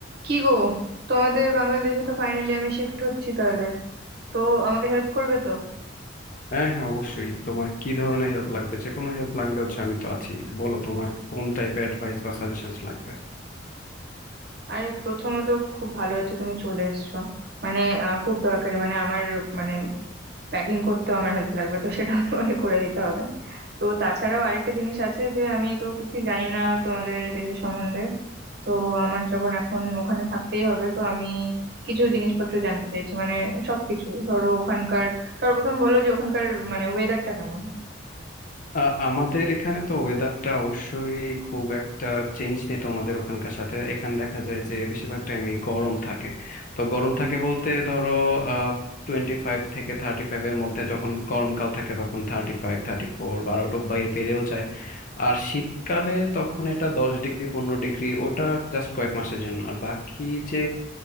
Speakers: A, on the right; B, on the left.
A: কি গো তোমাদের বাংলাদেশে তো ফাইনালি আমি শিফট হচ্ছি তাহলে তো আমাকে হেল্প করবে তো
B: হ্যাঁ হ্যাঁ অবশ্যই তোমার কি ধরনের হেল্প লাগবে যে কোনো হেল্প লাগলে হচ্ছে আমি তো আছি বলো তোমার কোন টাইপের অ্যাডভাইস বা সাজেশন লাগবে
A: আরে প্রথমত খুব ভালো হচ্ছে তুমি চলে এসছো মানে আহ, খুব দরকারি মানে আমার মানে প্যাকিং করতে আমার হেল্প লাগবে তো সেটাও <laughs> তোমাকে করে দিতে হবে তো তাছাড়াও আরেকটা জিনিস আছে যে আমি তো কিছুই জানি না তোমাদের দেশের সম্বন্ধে তো আমার যখন এখন ওখানে থাকতেই হবে তো আমি কিছু জিনিসপত্র জানতে চাইছি মানে সবকিছু ধরো ওখানকার সর্বপ্রথম বলো যে ওখানকার মানে ওয়েদারটা কেমন
B: আ, আমাদের এখানে তো ওয়েদারটা অবশ্যই খুব একটা চেঞ্জ নেই তোমাদের ওখানকার সাথে এখানে দেখা যায় যে বেশিরভাগ টাইমে গরম থাকে তো গরম থাকে বলতে ধরো টোয়েন্টি ফাইভ থেকে থার্টি ফাইভ এর মধ্যে যখন গরমকাল থাকে তখন থার্টি ফাইভ থার্টি ফোর বারোটা বাইরে বেড়েও যায় আর শীতকালে তখন এটা দশ ডিগ্রি পনেরো ডিগ্রি ওটা জাস্ট কয়েক মাসের জন্য আর বাকি যে